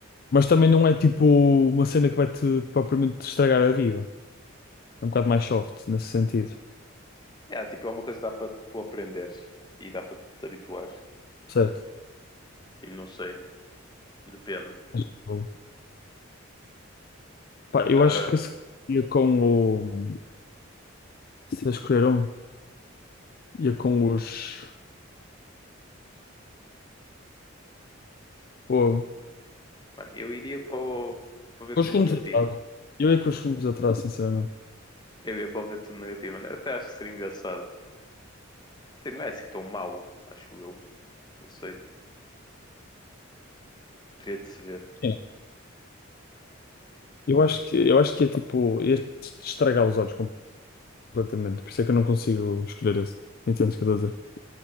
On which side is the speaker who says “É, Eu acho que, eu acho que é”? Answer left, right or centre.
Left